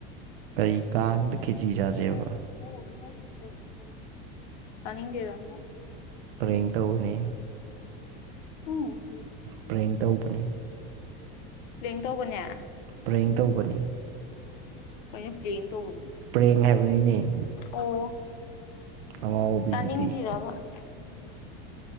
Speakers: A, on the left; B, on the right.
A: ꯍ
B: ꯀꯔꯤ ꯀꯥꯡꯗ ꯈꯦꯆꯤ ꯆꯥꯁꯦꯕ
A: ꯍ <unintelligible> ꯆꯥꯅꯤꯡꯗꯦꯗ
B: ꯄ꯭ꯔꯦꯡ ꯇꯧꯕꯅꯤ
A: ꯎꯝ
B: ꯄ꯭ꯔꯦꯡ ꯇꯧꯕꯅꯤ
A: ꯄ꯭ꯂꯦꯡ ꯇꯧꯕꯅꯦ
B: ꯄ꯭ꯔꯦꯡ ꯇꯧꯕꯅꯤ
A: ꯀꯩꯅꯣ ꯄ꯭ꯂꯦꯡ ꯇꯧꯕꯅꯤ
B: ꯄ꯭ꯔꯦꯡ ꯍꯥꯏꯕꯅꯤꯅꯦ
A: ꯑꯣ
B: ꯑꯉꯥꯎꯕꯤꯁꯤꯗꯤ
A: ꯆꯥꯅꯤꯡꯗ꯭ꯔꯤꯔꯥꯕ ꯎꯝ